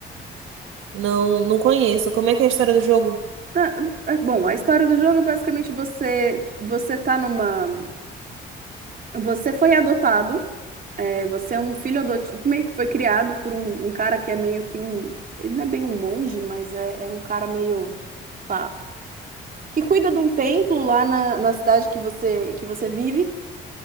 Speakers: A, on the right; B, on the right.
A: Não, não conheço. Como é que é a história do jogo?
B: Ah, ah, bom, a história do jogo é basicamente você você tá numa você foi adotado, é, você é um filho adotivo, meio que foi criado por um, um cara que é meio que um ele não é bem um monge, mas é, é um cara meio pá, que cuida de um templo lá na, na cidade que você que você vive.